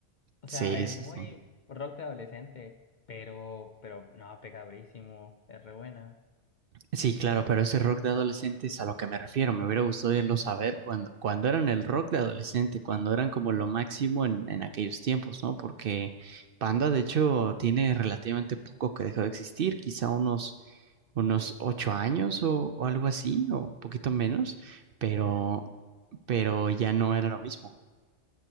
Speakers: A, on the left; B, on the right.
A: O
B: Sí,
A: sea, es
B: sí,
A: muy
B: sí.
A: rock de adolescente, pero, pero no, pega durísimo. Es re buena.
B: Sí, claro, pero ese rock de adolescente es a lo que me refiero. Me hubiera gustado irlo saber cuando, cuando eran el rock de adolescente, cuando eran como lo máximo en, en aquellos tiempos, ¿no? Porque Panda, de hecho, tiene relativamente poco que dejó de existir, quizá unos, unos ocho años o, o algo así, o un poquito menos, pero,
A: Ok, dale.
B: pero ya no era lo mismo.